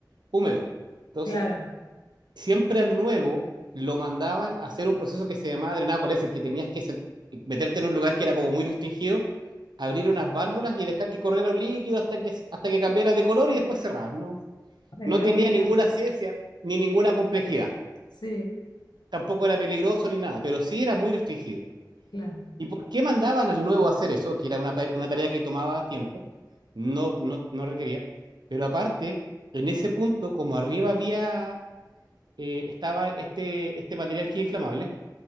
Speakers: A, on the right; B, on the left.
A: húmedo. Entonces,
B: Claro.
A: siempre al nuevo lo mandaban a hacer un proceso que se llamaba drenado coléser, que tenías que se- meterte en un lugar que era como muy restringido, abrir unas válvulas y dejar que corriera un líquido hasta que, hasta que cambiara de color y después cerrar. No,
B: Ay,
A: no
B: Dios
A: tenía
B: mío.
A: ninguna ciencia ni ninguna complejidad.
B: Sí,
A: Tampoco era peligroso ni nada, pero sí era muy restringido.
B: claro,
A: ¿Y por qué mandaban al nuevo a hacer eso? Que era una, pa- una tarea que tomaba tiempo, no, no, no requería. Pero aparte, en ese punto, como arriba había, eh, estaba este, este material que es inflamable,